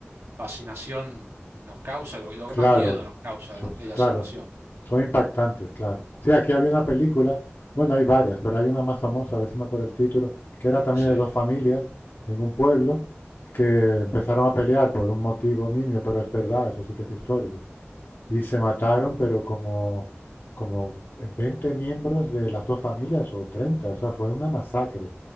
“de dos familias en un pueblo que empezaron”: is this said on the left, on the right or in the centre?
Left